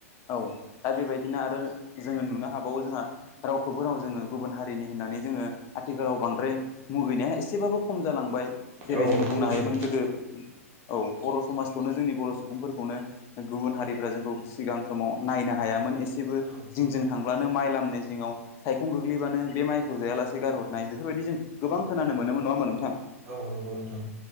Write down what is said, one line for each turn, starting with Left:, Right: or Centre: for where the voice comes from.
Left: औ दा बेबायदिनो आरो जोङो नुनो हाबावो जोंहा रावखौबो राव जोङो गुबुन हारिनि होननानै जोङो आथिखालाव बांद्राय मुगैनाया एसेबाबो खम जालांबाय। जेरै
Right: औ
Left: जों
Right: खमायबाय
Left: बुंनो हायोमोन गोदो औ बर' समाजखौनो जोंनि बर'। सुबुंफोरखौनो गुबुन हारिफ्रा जोंखौ सिगां समाव नायनो हायामोन एसेबो
Right: औ
Left: जिंजों थां। बानो माइ लामनाय जिाव सायखं गोग्लैबानो बे माइखौ जायालासे गारहरनाय बेफोरबायदि जों गोबां खोनानो मोन। मोनोमोन नङा ओमबा नोंथां।
Right: औ नोंगौ नोंथां।